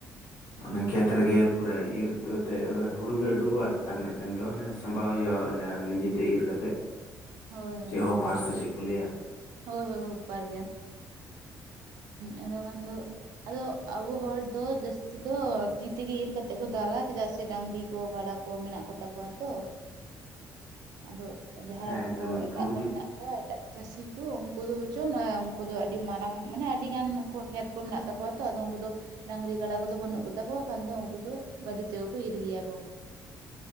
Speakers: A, on the left (about 70°); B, on the right (about 80°).
A: ᱚᱱᱮ ᱠᱷᱮᱛ ᱨᱮᱜᱮ ᱯᱩᱨᱟᱹ ᱤᱨ ᱛᱤ ᱛᱮ ᱩᱣᱟᱹ ᱦᱩᱲᱩ ᱜᱮ ᱩᱰᱩᱠᱚᱜ-ᱟ, ᱟᱨ ᱢᱤᱜᱴᱮᱱ ᱫᱚ ᱚᱱᱮ ᱥᱟᱢᱟᱣ ᱦᱩᱭᱩᱜ-ᱟ, ᱚᱧᱟ ᱱᱤᱡᱮᱛᱮ ᱤᱨ ᱠᱟᱛᱜ᱾
B: ᱦᱳᱭ ᱦᱳᱭ
A: ᱪᱮᱜ ᱦᱚᱸᱯᱟᱨ
B: ᱦᱳᱭ
A: ᱥᱮ ᱪᱮᱜ ᱠᱚ ᱞᱟᱹᱭᱟ᱾
B: ᱦᱳᱭ ᱦᱳᱭ ᱦᱚᱯᱟᱨ ᱜᱮ᱾ ᱟᱫᱚ ᱜᱟᱱ ᱫᱚ ᱟᱫᱚ ᱟᱵᱚ ᱦᱚᱲ ᱫᱚ ᱡᱟᱹᱥᱛᱤ ᱫᱚ ᱛᱤ ᱛᱮᱜᱮ ᱤᱨ ᱠᱟᱛᱮᱜ ᱠᱚ ᱫᱟᱞᱟ ᱪᱮᱫᱟᱜ ᱥᱮ ᱰᱟᱝᱨᱤ ᱠᱚ ᱠᱟᱰᱟ ᱠᱚ ᱢᱮᱱᱟᱜ ᱠᱚᱛᱟ ᱠᱚᱣᱟ ᱛᱚ᱾
A: <inaudible>
B: ᱟᱫᱚ ᱡᱟᱦᱟᱸᱭ
A: ᱦᱮᱸ
B: ᱩᱱᱠᱩ
A: ᱮᱠᱫᱚᱢ ᱮᱠᱫᱚᱢ
B: ᱮᱴᱟᱜ ᱠᱚ
A: ᱡᱩᱫᱤ
B: ᱢᱮᱱᱟᱜ ᱦᱚ ᱮᱴᱟᱜ ᱪᱟᱹᱥᱤ ᱠᱚ ᱩᱱᱠᱩ ᱫᱚ ᱵᱚᱪᱚᱱ ᱩᱱᱠᱩ ᱫᱚ ᱟᱹᱰᱤ ᱢᱟᱨᱟᱝ ᱢᱟᱱᱮ ᱟᱹᱰᱤ ᱜᱟᱱ ᱩᱱᱠᱩᱣᱟᱜ ᱠᱷᱮᱛ ᱠᱚ ᱢᱮᱱᱟᱜ ᱛᱟᱠᱚᱣᱟ ᱛᱚ ᱟᱫᱚ ᱩᱱᱠᱩ ᱫᱚ ᱰᱟᱝᱨᱤ ᱜᱟᱰᱟ ᱠᱚᱫᱚ ᱵᱟᱹᱱᱩᱜ ᱠᱚᱛᱟ ᱠᱚᱣᱟ ᱠᱷᱟᱱ ᱫᱚ ᱩᱱᱠᱩ ᱫᱚ ᱜᱟᱹᱰᱤ ᱛᱮᱜᱮ ᱠᱚ ᱤᱨ ᱜᱮᱭᱟ ᱠᱚ᱾